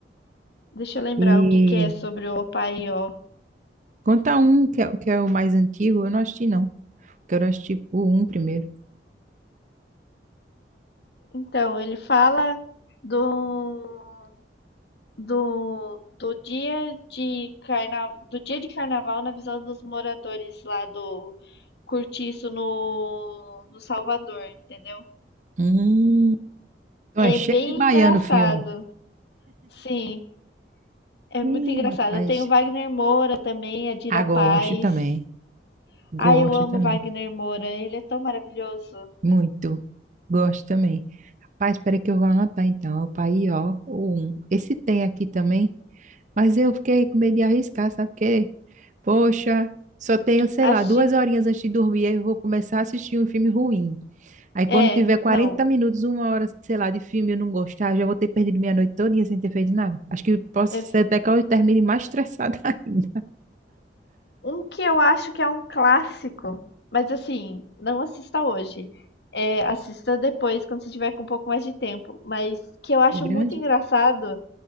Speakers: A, on the left (about 65°); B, on the right (about 45°).
A: Deixa eu lembrar
B: E
A: o que que é sobre o Paió.
B: conta um que é, que é o mais antigo. Eu não assisti não. Quero assistir o um primeiro.
A: Então, ele fala do, do, do dia de carna, do dia de carnaval na visão dos moradores lá do Cortiço no, no Salvador, entendeu?
B: Hum. Então
A: É
B: é cheio
A: bem
B: de baiano
A: engraçado.
B: o filme.
A: Sim, é muito
B: Ih,
A: engraçado.
B: rapaz.
A: Tem o Wagner Moura também, a Dira
B: Ah,
A: Paz.
B: gosto também. Gosto
A: Ai, eu amo
B: também.
A: o Wagner Moura, ele é tão maravilhoso.
B: Muito. Gosto também. Rapaz, espera que eu vou anotar então. Opa, aí, ó, o um. Esse tem aqui também, mas eu fiquei com medo de arriscar, sabe por quê? Poxa, só tenho, sei
A: Acho,
B: lá, duas horinhas antes de dormir, aí eu vou começar a assistir um filme ruim. Aí quando
A: é,
B: tiver
A: não,
B: 40 minutos, uma hora, sei lá, de filme, eu não gostar, já vou ter perdido minha noite todinha sem ter feito nada. Acho que posso
A: é,
B: ser até que eu termine mais estressada <laughs> ainda.
A: Um que eu acho que é um clássico, mas assim, não assista hoje. É, assista depois, quando você tiver com um pouco mais de tempo. Mas que eu acho
B: É grande?
A: muito engraçado